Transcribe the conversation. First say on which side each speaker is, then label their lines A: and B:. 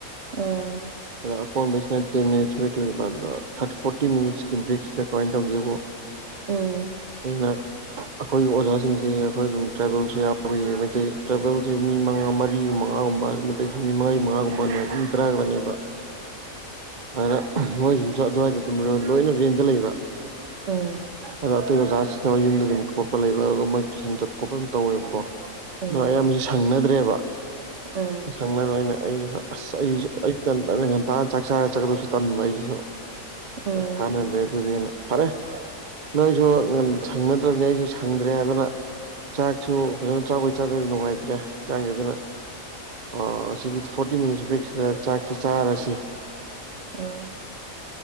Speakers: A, on the right; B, on the right.
A: ꯎꯝ
B: ꯑꯗ ꯀꯣꯟꯩꯁꯤꯅ ꯇꯦꯟ ꯃꯤꯅꯤꯠꯁ ꯕ꯭ꯔꯦꯛ ꯂꯩꯕ ꯊꯥꯔꯇꯤ ꯐꯣꯔꯇꯤ ꯃꯤꯅꯤꯠꯁꯀꯤ ꯕ꯭ꯔꯦꯛꯁꯤꯗ ꯀꯃꯥꯏꯅ ꯇꯧꯒꯦꯕꯨ
A: ꯎꯝ
B: ꯀꯅ ꯑꯩꯈꯣꯏꯒꯤ ꯑꯣꯖꯥꯁꯤꯡꯁꯦ ꯑꯩꯈꯣꯏ ꯑꯗꯨꯝ ꯇ꯭ꯔꯥꯕꯦꯜꯁꯨ ꯌꯥꯎꯋ ꯃꯩꯇꯩ ꯇ꯭ꯔꯥꯕꯦꯜꯁꯦ ꯃꯤ ꯃꯉꯥ ꯃꯔꯤ ꯑꯃ ꯃꯉꯥꯒꯨꯝ ꯃꯤꯃꯥꯔꯤ ꯃꯉꯥꯒꯨꯝꯕ ꯃꯤ ꯇꯥꯒꯗꯅꯦꯕ ꯑꯗꯨꯅ ꯃꯣꯏꯁꯤꯡꯁꯨ ꯑꯗꯨꯋꯥꯏꯗ ꯑꯗꯨꯝꯃꯒ ꯂꯣꯏꯅ ꯔꯦꯟꯗ ꯂꯩꯕ
A: ꯎꯝ ꯎꯝ
B: ꯑꯗ ꯑꯇꯩ ꯑꯣꯖꯥꯁꯤꯗ ꯌꯨꯝꯗꯒꯤ ꯌ ꯈꯣꯄ ꯂꯩꯕ ꯑꯗꯨꯒ ꯃꯣꯏ ꯇꯨꯏꯟ ꯆꯠꯄ ꯈꯣꯄ ꯑꯗꯨ ꯇꯧꯋꯦꯕꯀꯣ
A: ꯎꯝ
B: ꯑꯗꯣ ꯑꯌꯥꯝꯕꯕꯁꯤ ꯁꯪꯅꯗ꯭ꯔꯦꯕ
A: ꯎꯝ
B: ꯑ ꯁꯪꯅꯅꯕ ꯑꯩꯅ ꯑꯩ ꯑꯁ ꯑꯩꯁꯨ ꯑꯩ ꯉꯟꯇꯥ ꯆꯥꯛ ꯆꯥꯔ ꯆꯠꯀꯗꯁꯨ ꯇꯟꯕ ꯑꯩꯁꯤꯁꯨ
A: ꯎꯝ
B: ꯑ ꯀꯥꯟꯅꯗ꯭ꯔꯦ ꯑꯗꯨꯗꯤ ꯐꯔꯦ ꯅꯣꯏꯁꯨ ꯉꯟ ꯁꯪꯅ ꯇ꯭ꯔꯕꯅꯦ ꯑꯩꯁꯨ ꯁꯪꯗ꯭ꯔꯦ ꯑꯗꯨꯅ ꯆꯥꯛꯁꯨ ꯐꯖꯅ ꯆꯥꯛꯕꯩ ꯆꯥꯗꯕ ꯅꯨꯡꯉꯥꯏꯇ꯭ꯔꯦ ꯆꯥꯡꯁꯦ ꯑꯗꯨꯅ ꯑꯥ ꯑꯁꯤꯒꯤ ꯐꯣꯔꯇꯤ ꯃꯤꯅꯤꯠꯁ ꯕ꯭ꯔꯦꯛꯁꯤꯗ ꯆꯥꯛꯁꯤ ꯆꯥꯔꯁꯤ
A: ꯎꯝ